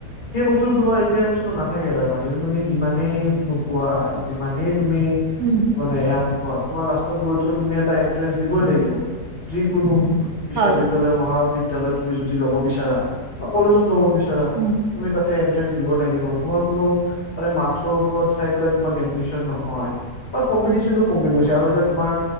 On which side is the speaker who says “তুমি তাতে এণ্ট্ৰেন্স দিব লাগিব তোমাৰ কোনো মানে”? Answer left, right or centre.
Left